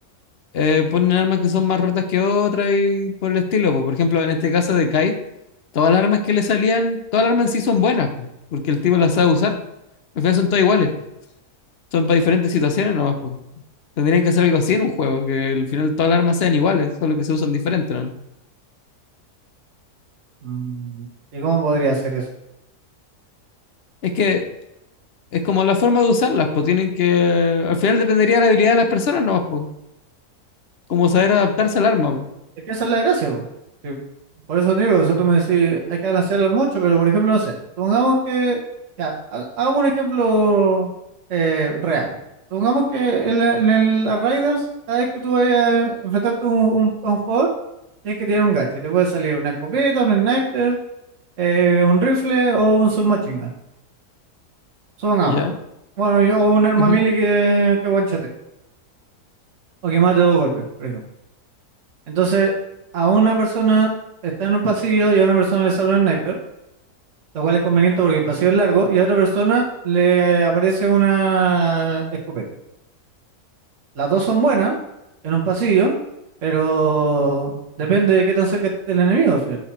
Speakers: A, on the left; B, on the right.
A: eh, ponen armas que son más rotas que otras y por el estilo. po. Por ejemplo, en este caso de Kite, todas las armas que le salían, todas las armas en sí son buenas, po, porque el tipo las sabe usar. Al final son todas iguales, son para diferentes situaciones nomás, pues. Tendrían que hacer algo así en un juego, que al final todas las armas sean iguales, solo que se usan diferentes, ¿no?
B: Mm, ¿Y cómo podría hacer eso?
A: Es que es como la forma de usarlas, pues tienen que. Al final dependería de la habilidad de las personas, ¿no? Pues, como saber adaptarse al arma, pues,
B: Es que esa es la gracia, po. Sí, Por eso te digo, o sea, tú me decís, hay que balancearlo mucho, pero por ejemplo, no sé, supongamos que, ya, ha- hagamos un ejemplo eh, real. Supongamos que en, la- en el Arrivals, cada vez que tú vayas a enfrentarte a un, un- a un jugador, tienes que tirar un gacho. y Te puede salir una escopeta, un sniper, eh, un rifle o un submachine gun. Supongamos.
A: ¿ya?
B: Bueno, y- o un arma
A: Ujú.
B: melee que, que one o que mate dos golpes, por ejemplo. Entonces, a una persona está en un pasillo y a una persona le sale un sniper. lo cual es conveniente porque el pasillo es largo, y a otra persona le aparece una escopeta. Las dos son buenas en un pasillo, pero depende de qué tan cerca esté el enemigo, ¿sí?